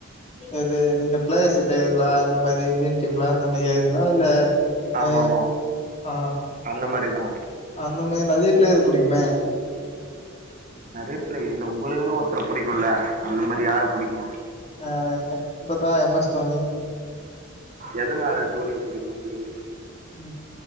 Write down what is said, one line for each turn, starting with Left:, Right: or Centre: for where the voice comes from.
Left: எது? நீங்க பிளேயர்ஸ்ஸ கேக்றீங்களா அந்த மாரி இந்தியன் டீம்ல அந்த மாரி கேக்றீங்ளா இல்ல பிளேயர்
Right: ஆமா ஆமா
Left: ஆ
Right: அந்த மாரிதா
Left: அந்தமேரி நெறய பிளேயர புடிக்குமே
Right: நெறைய பிளே இல்ல உங்களுக்குனு ஒருத்தர புடிக்குல்ல அந்த மாரி, யார புடிக்கு?
Left: ஆ எனக்குன்னு பாத்தா எம் எஸ் தோனி
Right: எதனால தோனிய புடிக்கு உங்களுக்கு
Left: ம்